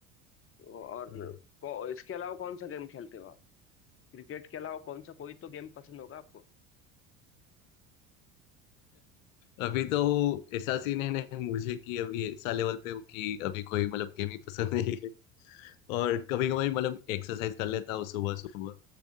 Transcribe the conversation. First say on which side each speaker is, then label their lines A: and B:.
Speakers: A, on the left; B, on the left.
A: तो और
B: हम्म।
A: को, इसके अलावा कौन सा गेम खेलते हो आप क्रिकेट के अलावा कौन सा कोई तो गेम पसंद होगा आपको
B: अभी तो ऐसा सीन है ना मुझे कि अभी ऐसा लेवल पे हूँ कि अभी कोई मतलब गेम ही पसंद नहीं है और कभी कभी मतलब एक्सरसाइज कर लेता हूँ सुबह सुबह